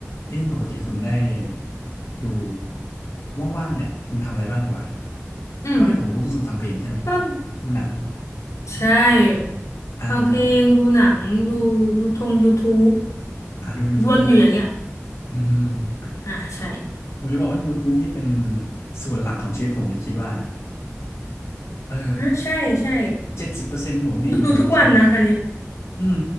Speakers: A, on the left; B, on the left.
A: เอ้ยปกติคุณได้ดูว่างๆเนี่ยคุณทำอะไรบ้างดีกว่า
B: อืม
A: เท่าที่ผมรู้คือคุณฟังเพลงใช่ไหม
B: ก็
A: ดูหนัง
B: ใช่
A: อ่าอ่า
B: ฟังเพลงดูหนังดูยูทงยูทู
A: อ่าดู YouTube
B: บวนอยู่อย่างเงี้ย
A: อืมฮึอืม
B: อ่ะใช่
A: ฮึผมจะบอกว่า YouTube นี่เป็นส่วนหลักของชีวิตผมเลยคิดว่านะเออ
B: อ่ะใช่ใช่
A: เจ็ดสิบเปอร์เซ็นต์ผมนี่อยู่ใน
B: ดูทุกวันนะคันนี้
A: YouTube อืม